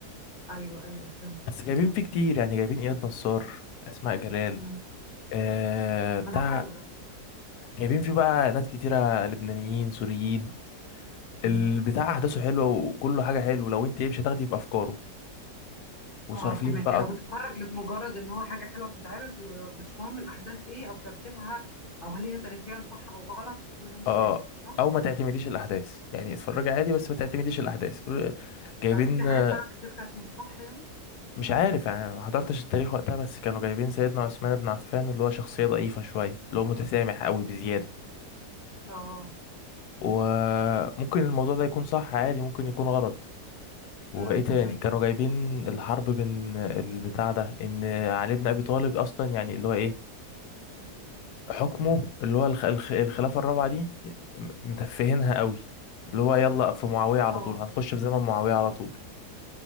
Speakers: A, on the left; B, on the left.
A: ايوه ايوه فهمتك
B: بس جايبين فيه كتير يعني جايبين اياد نصار اسماء جلال
A: مم.
B: آه بتاع
A: ما ده حلو ده
B: جايبين فيه بقى ناس كتيرة لبنانيين سوريين
A: مم.
B: البتاع احداثه حلوة وكله حاجة حلوة لو انت ايه مش هتاخدي بافكاره وصارفين
A: اه فهمك
B: بقى
A: يعني لو بتتفرج لمجرد ان هو حاجة حلوة بتتعرض ومش مهم الاحداث ايه او ترتيبها او هل هي تاريخيا صح او غلط كل ده مش
B: اه
A: فارق صح
B: او ما تعتمديش
A: مم.
B: الاحداث يعني اتفرجي عادي بس ما تعتمديش الاحداث جايبين
A: لا، في حاجات
B: آه،
A: فعلا كتير كانت مش صح يعني
B: مش عارف يعني أنا ما حضرتش التاريخ وقتها بس كانوا جايبين سيدنا عثمان بن عفان اللي هو شخصية ضعيفة شوية اللي هو متسامح قوي بزيادة
A: اه
B: وممكن الموضوع ده يكون صح عادي ممكن يكون غلط وايه
A: امم
B: تاني
A: فهمك
B: كانوا جايبين الحرب بين البتاع ده ان علي بن ابي طالب اصلا يعني اللي هو ايه حكمه اللي هو الخ- الخ- الخلافة الرابعة دي م- متفهينها قوي اللي هو يلا في معاوية على
A: اه
B: طول هنخش في زمن معاوية على طول